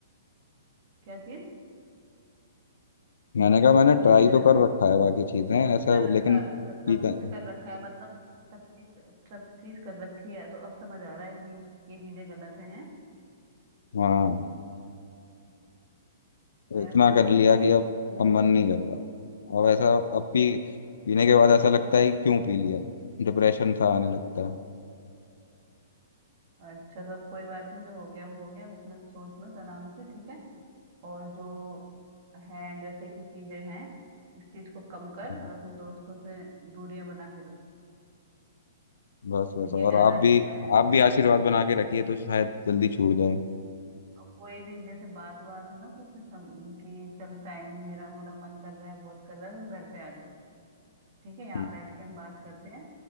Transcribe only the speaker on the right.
क्या चीज
क्या कह रहे
हो
सब कुछ
कर रखा
है सब,
सब कुछ
कर रखा है मतलब सब चीज सब चीज कर रखी है तो अब समझ आ रहा है कि ये चीजें गलत हैं
तो ऐसा
है कि
इस
चीज को जब-
अच्छा सब कोई बात नहीं जो हो गया वो हो गया अब इतना सोच मत आराम से ठीक है और जो है जैसे कि चीजें हैं इस चीज को कम कर
और अपने दोस्तों से दूरियां बना के रख
तो
ये ज्यादा
अच्छा है
और कोई भी जैसे बात बात हो ना कुछ सम, कि चल टाइम नहीं मेरा हो रहा मन कर रहा है बहुत कर रहा है तो घर पे आ जा ठीक है यहाँ
बैठ के हम बात करते हैं